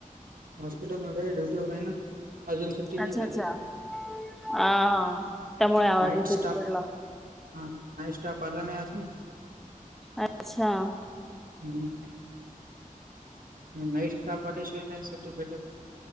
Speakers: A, on the right; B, in the centre.
A: हटल ड्युटीवर आहे ना अजून सुट्टी
B: अच्छा
A: नाही झाली
B: अच्छा अ त्यामुळे आवाज
A: नाईट
B: येतो
A: स्टाफ
B: तिकडला
A: हा नाईट स्टाफ आला नाही असजून
B: अच्छा
A: हम् नाही्ट पाटशो नाही सटेटक